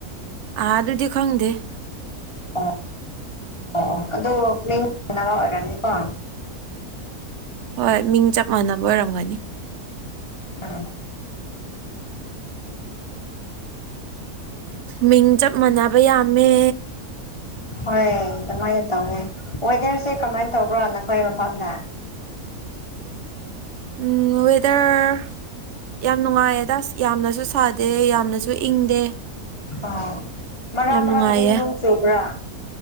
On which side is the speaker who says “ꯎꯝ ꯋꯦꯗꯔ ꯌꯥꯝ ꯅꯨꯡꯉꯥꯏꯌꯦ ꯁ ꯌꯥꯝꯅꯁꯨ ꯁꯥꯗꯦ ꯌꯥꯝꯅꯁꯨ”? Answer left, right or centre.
Right